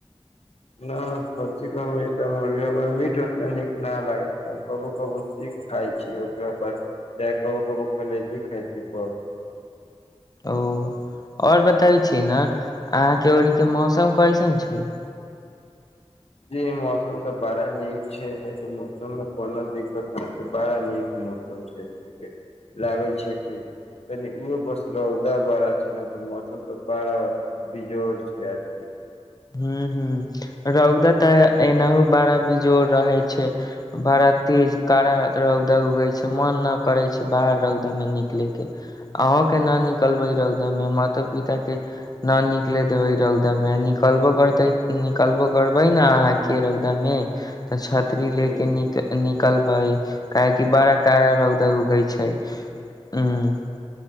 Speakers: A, on the left; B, on the left.
A: ना खसी मीट और मुर्गी हमरा मीट उतना नीक ना लागे छैय कबो कबो सीक खाय छी ओकरा बाद चाहे कबो कबो कलेजी खाय छी बस
B: ओ ओर बतैइ छी ने अहाँके ओरी के मौसम कैसन छैइ
A: जी मौसम तऽ बड़ा नीक छै नय तऽ मौसम मे कोनो दिक्कत नै छै बड़ा नीक मौसम छै ऐने के लागै छै कि तनी उहो बस रौदा बड़ा छै ने तऽ मौसम त बड़ा बीजोर छै आज के
B: हु हु रौदा तऽ एनाहो बड़ा बिजोड़ रहै छै बड़ा तेज कड़ा रौदा उगै छै मन नऽ करै छै बाहर रौदा मे निकलयके अहाँके न निकलबै रैउदा मे मातो पिता के न निकले देबै रउदा में अ निक निकलबो करतै निकलबो करबइ ने अहाँके रौदामे तऽ छत छतरी ले
A: जी
B: के निक निकलबइ काहेकि बड़ा कड़ा रौद उगै छै <unintelligible>